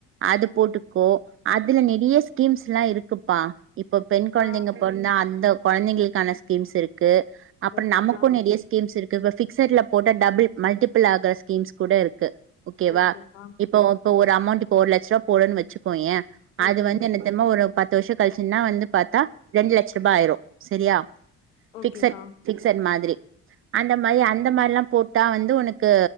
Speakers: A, on the right (about 35°); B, on the left (about 75°).
A: அது போட்டுக்கோ அதுல நெறிய ஸ்கீம்ஸ் லா இருக்குப்பா இப்போ பெண் கொழந்தைங்க
B: ஆ
A: பொற்ந்தா அந்த கொழந்தங்களுக்கான ஸ்கீம்ஸ் இருக்கு அப்ற
B: ஓகேக்கா
A: நமக்கு நெறிய ஸ்கீம்ஸ் இருக் இப்ப ஃபிக்சட்ல போட்டா டபுள் மல்டிபிள் ஆகுற ஸ்கீம்ஸ் கூட இருக்கு ஓகேவா
B: ஓகேக்கா
A: இப்போ இப்போ ஒரு அமௌண்ட் இப்போ ஒரு லட்ச்வ்ரா போட்றன் வச்சுக் கோயே ஏ
B: ஓகே
A: அது வந்து என்ன தெர்மா ஒரு பத் து வர்ஷோ கழிச்சுன்னா வந்து பாத்தா ரெண்டு லட்ச்ருபா ஆயிரு சேரியா
B: ஓகேக்கா
A: பிக்சட் பிக்சட் மாதிரி அந்த மாரி அந்த மாரி லா போட் டா வந்து உனக்கு